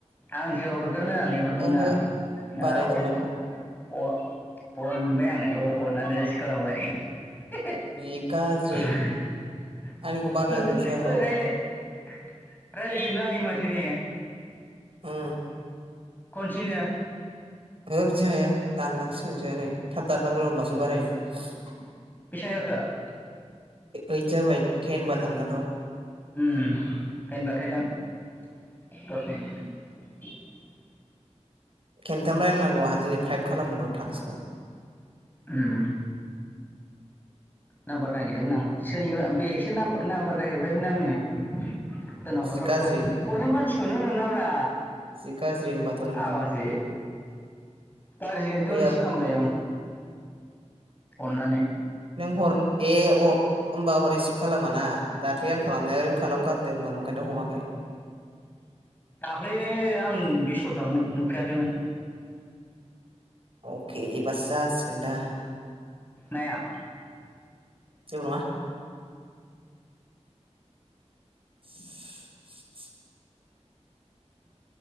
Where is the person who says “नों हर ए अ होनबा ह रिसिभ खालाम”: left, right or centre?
Right